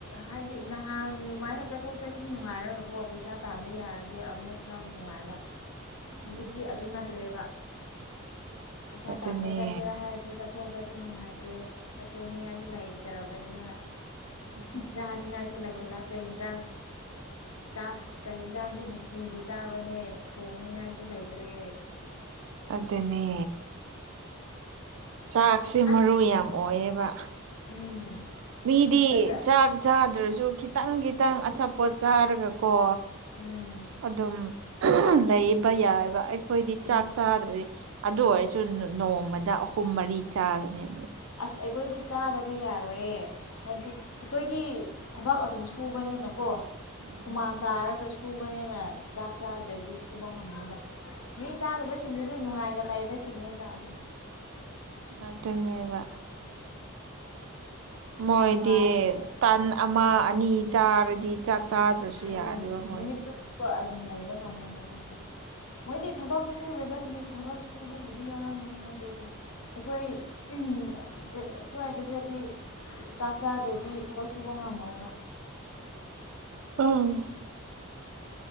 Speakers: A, on the left; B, on the right.
A: ꯍꯥꯏꯕꯗꯤ ꯅꯍꯥꯟ ꯑꯗꯨꯃꯥꯏꯅ ꯆꯠꯊꯣꯛ ꯆꯠꯁꯤ ꯅꯨꯡꯉꯥꯏꯔꯃꯦꯀꯣ ꯄꯩꯁꯥ ꯇꯥꯟꯕꯕ ꯌꯥꯔꯗꯤ ꯑꯃꯨꯛ ꯈꯔꯕꯨ ꯥꯏ ꯅꯨꯡꯉꯥꯏꯕ ꯍꯧꯖꯤꯛꯇꯤ
B: ꯎꯝ
A: ꯑꯗꯨ ꯅꯠꯇ꯭ꯔꯦꯕ ꯄꯩꯁꯥ
B: ꯑꯗꯨꯅꯦ
A: ꯇꯥꯟꯕ ꯆꯠꯁꯤꯦꯔꯥ ꯍꯥꯏꯔꯁꯨ ꯆꯠꯊꯣꯛ ꯆꯠꯁꯤ ꯅꯨꯡꯉꯥꯏꯇ꯭ꯔꯦ ꯆꯠꯊꯣꯛꯅꯤꯉꯥꯏꯁꯨ ꯂꯩꯇꯔꯕꯅꯤꯅ
B: ꯎꯝ
A: ꯆꯥꯅꯤꯡꯉꯥꯏꯁꯨ ꯂꯩꯥꯏꯁꯤꯜꯂꯛꯇ꯭ꯔꯦ ꯏꯟꯖꯥꯡ ꯆꯥꯛ ꯀ ꯍꯟꯖꯥꯡꯗꯤ ꯅꯨꯡꯇꯤꯒꯤ ꯆꯥꯕꯅꯦ ꯊꯣꯡꯅꯤꯉꯥꯏꯁꯨ ꯂꯩꯇ꯭ꯔꯦ
B: ꯑꯗꯨꯗꯅꯦ ꯆꯥꯛꯁꯦ
A: ꯑꯁ
B: ꯃꯔꯨ ꯌꯥꯝ ꯑꯣꯏꯌꯦꯕ
A: ꯎꯝ
B: ꯃꯤꯗꯤ
A: ꯕꯖꯥꯔ
B: ꯆꯥꯛ ꯆꯥꯗ꯭ꯔꯁꯨ ꯈꯤ ꯈꯤꯇꯪ ꯈꯤꯇꯪ ꯑꯆꯥꯄꯣꯠ ꯆꯥꯔꯒꯀꯣ
A: ꯎꯝ
B: ꯑꯗꯨꯝ ꯂꯩꯕ ꯌꯥꯏꯕ ꯑꯩꯈꯣꯏꯗꯤ
A: ꯎꯝ
B: ꯆꯥꯛ ꯆꯥꯗ꯭ꯔꯗꯤ ꯑꯗꯨ ꯑꯣꯏꯔ ꯁꯨꯝ ꯅꯣꯡꯃꯗ ꯑꯍꯨꯝ ꯃꯔꯤ ꯆꯥꯒꯅꯦ ꯑꯃꯨꯛ
A: ꯑꯁ ꯑꯩꯈꯣꯏꯗꯤ ꯆꯥꯗꯕ ꯌꯥꯔꯣꯏꯌꯦ ꯍꯥꯏꯕꯗꯤ ꯑꯩꯈꯣꯏꯗꯤ ꯊꯕꯛ ꯑꯗꯨꯝ ꯁꯨꯕꯅꯤꯅꯀꯣ
B: ꯎꯝ
A: ꯍꯨꯃꯥꯡ ꯇꯥꯔꯒ ꯁꯨꯕꯅꯦꯅ ꯆꯥꯛ ꯆꯥꯗ꯭ꯔꯗꯤ ꯁꯨꯕ ꯉꯝꯃꯕ ꯃꯤ ꯆꯥꯗꯕꯁꯤꯡꯗꯨꯗꯤ ꯅꯨꯡꯉꯥꯏꯅ ꯂꯩꯕꯁꯤꯡꯅꯦꯗ ꯑꯗꯨꯝ
B: ꯑꯗꯨ ꯑꯗꯨꯅꯦꯕ ꯃꯣꯏꯗꯤ
A: ꯅꯨꯡꯉꯥꯏꯅ
B: ꯇꯥꯟ ꯑꯃ ꯑꯅꯤ ꯆꯥꯔꯗꯤ ꯆ ꯆꯥꯗ꯭ꯔꯁꯨ
A: ꯎꯝ
B: ꯌꯥꯔꯦꯔꯤꯕ ꯃꯣꯏꯗꯤ
A: ꯅꯨꯃꯤꯠ ꯆꯨꯞꯄ ꯑꯗꯨꯝ ꯂꯩꯕ ꯉꯝꯃꯦꯕ ꯃꯣꯏꯗꯤ ꯃꯣꯏꯗꯤ ꯊꯕꯛꯁꯨ ꯁꯨꯗꯕꯒꯤꯅꯤ ꯊꯕꯛ ꯁꯨꯕꯕꯨꯗꯤ ꯌꯥꯎꯔꯝꯒꯅꯤ ꯑꯗꯨꯕꯨ ꯑꯩꯈꯣꯏ ꯎꯝ ꯁ꯭ꯋꯥꯏꯗꯗꯗꯤ ꯆꯥꯛ ꯆꯥꯗ꯭ꯔꯗꯤ ꯊꯕꯛ ꯁꯨꯕ ꯉꯝꯃꯣꯏꯕ
B: ꯑ